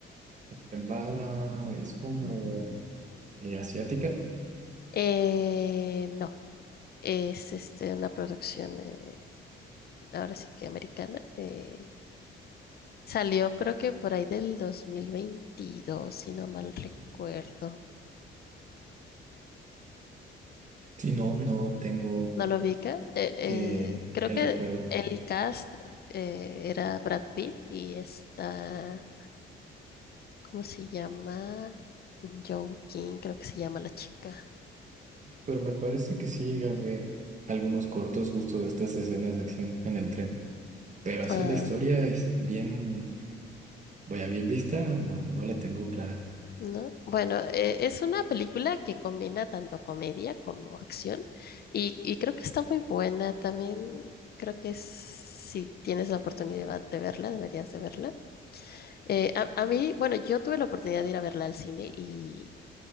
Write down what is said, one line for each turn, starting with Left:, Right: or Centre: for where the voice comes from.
Right: En bala es como eh, asiática.
Left: Eh, no. Es este, una producción, eh, ahora sí que americana. eh, salió creo que por ahí del 2022 si no mal recuerdo.
Right: Si no, no tengo
Left: ¿No lo ubica? Eh, eh,
Right: eh,
Left: creo
Right: el
Left: que
Right: recuerdo.
Left: el cast eh, era Brad Pitt y está, ¿cómo se llama? Joaquin, creo que se llama la chica.
Right: Pero me parece que sí llega a ver algunos cortos justo de estas escenas de acción en el tren. Pero así
Left: Ah,
Right: la historia es bien, vaya, bien vista, no, no la tengo clara.
Left: ¿No? Bueno, eh, es una película que combina tanto comedia como acción y, y creo que está muy buena. También creo que es- si tienes la oportunidad de verla, deberías de verla. Eh, a, a mí, bueno, yo tuve la oportunidad de ir a verla al cine y,